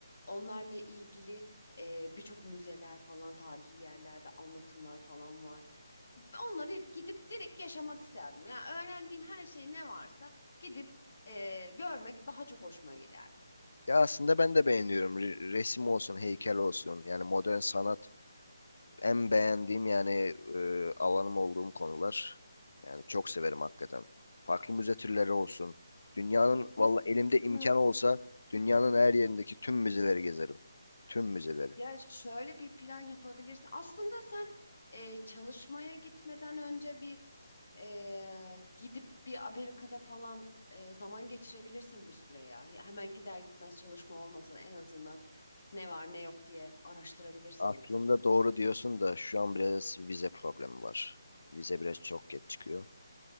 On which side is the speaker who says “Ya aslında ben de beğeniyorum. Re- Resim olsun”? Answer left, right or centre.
Left